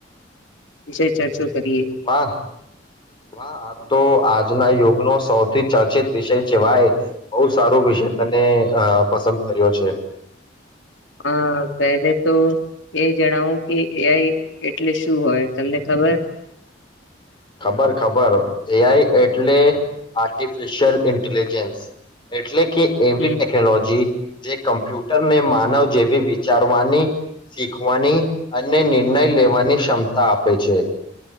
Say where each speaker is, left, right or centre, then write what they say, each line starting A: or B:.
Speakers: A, on the left; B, on the left.
A: વિશે ચર્ચો. કરીએ
B: વાહ, વાહ. તો આજના યુગનો, સૌથી ચર્ચિત વિષય કવાય બહુ, સારો વિષય તને પસંદ કર્યો છે.
A: હા, પહેલે તો એ જણાવો કે એઆઈ એટલે શું હોય તમને ખબર.
B: ખબર, ખબર એઆઈ એટલે આર્ટિફિશિયલ ઇન્ટેલિજન્સ, એટલે. કે, એવી
A: હમ
B: ટેકનોલોજી. જે કમ્પ્યુટરને માનવ જેવી વિચારવાની શીખવાની અને નિર્ણય લેવાની ક્ષમતા આપે છે.